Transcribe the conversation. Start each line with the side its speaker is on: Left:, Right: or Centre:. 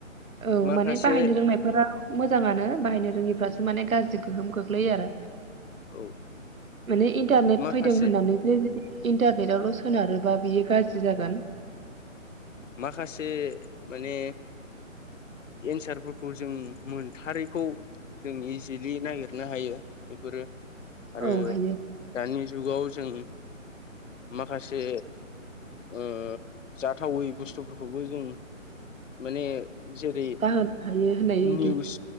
Right: औ
Left: माखासे
Right: माने बाहायनो रोंनायफोरा मोजाङानो बाहायनो रोङिफ्रासो माने गाज्रि गोहोम खोख्लैयो आरो
Left: औ
Right: माने इन्टारनेट
Left: माखासे
Right: फैदों होननानै जे इन्टारनेटावल सोनारो बा बियो गाज्रि जागोन
Left: माखासे माने एन्सारफोरखौ जों मोनथारैखौ जों इजिलि नागिरनो हायो बेफोरो आरो
Right: औ हायो
Left: दानि जुगाव जों माखासे ओ जाथावै बुस्थुफोरखौबो जों माने जेरै
Right: जाहोनो हायो होननाय बायदि
Left: निउस